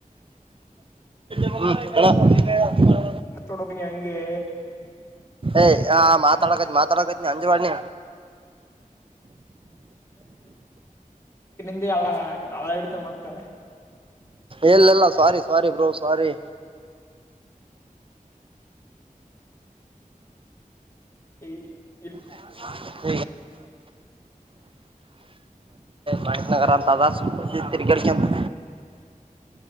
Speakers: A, on the right (about 40°); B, on the left (about 20°).
A: ಹೂಂ ಅಣ.
B: ಮತ್ತೋಡ್ಬ ನೀ ಹಂಗೆ.
A: ಏಯ್ ಆ ಮಾತಾಡಕತಿ ಮಾತಾಡಕತ್ ನೀ ಅಂಜವಾಡ ನೀ.
B: ಹೇ ಹಳ್ಳ ಹಳ್ಳ ಇಡ್ತರಿ ಮತ್ತ.
A: ಇಲ್ಲ ಇಲ್ಲ ಸ್ವಾರಿ ಸ್ವಾರಿ ಬ್ರೋ ಸ್ವಾರಿ.
B: <inaudible> ಇಲ್.
A: <inaudible> ವೈಟ್ನಗರಂತ ಆದಾ ಸುಮ್ ಬಂದಿದ್ವಿ. ತಲೆ ಕೇಡೇಸ್ಕಿಂತಿ.